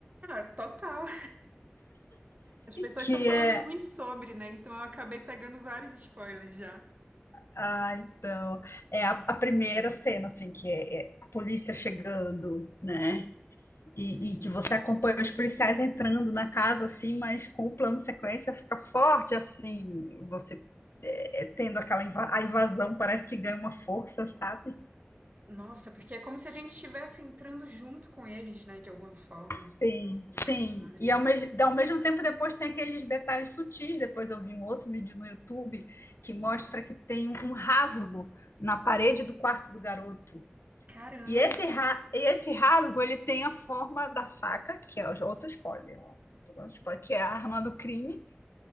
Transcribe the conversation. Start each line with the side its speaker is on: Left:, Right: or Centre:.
Right: Ah, total. As pessoas
Left: Que
Right: estão falando
Left: é
Right: muito sobre, né? Então eu acabei pegando vários spoilers já.
Left: Ah, então, é a, a primeira cena, assim, que é, é a polícia chegando, né? E,
Right: Sim.
Left: e que você acompanha os policiais entrando na casa, assim, mas com o plano sequência fica forte, assim, você é, é, tendo aquela inva- a invasão, parece que ganha uma força, sabe?
Right: Nossa, porque é como se a gente estivesse entrando junto com eles, né, de alguma forma,
Left: Sim, sim.
Right: nesse cenário.
Left: E ao, mes- ao mesmo tempo, depois tem aqueles detalhes sutis. Depois eu vi um outro vídeo no YouTube que mostra que tem um rasgo na parede do quarto do garoto.
Right: Caramba,
Left: E esse, ra e esse rasgo, ele tem a forma da faca, que é o- outro spoiler, ó. Eu tô dando spoiler, que é a arma do crime.